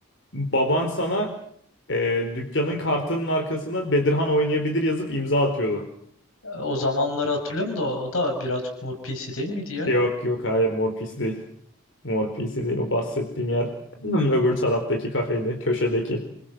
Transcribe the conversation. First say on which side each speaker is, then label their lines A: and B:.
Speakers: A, on the left (about 55°); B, on the left (about 80°).
A: Baban sana e, dükkanın kartının arkasına Bedirhan oynayabilir yazıp imza atıyordu.
B: E, O zamanları hatırlıyorum da o, o da birazcık Mor Piyesi değil miydi ya?
A: Yok yok hayır Mor Pis değil. Mor Pis'i değil. O bahsettiğim yer <clears throat> öbür taraftaki kafede, köşedeki.